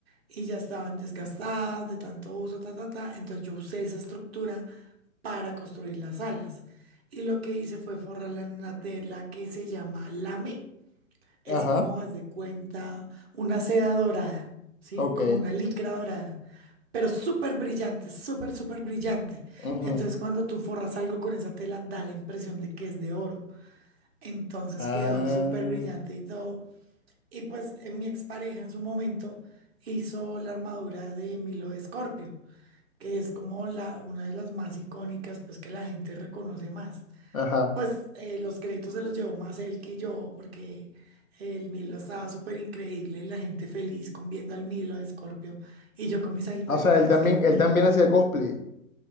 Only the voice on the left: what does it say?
Ajá,
ok.
ujú,
Ah,
ajá.
O sea,
él también,
él también hacía
cosplay.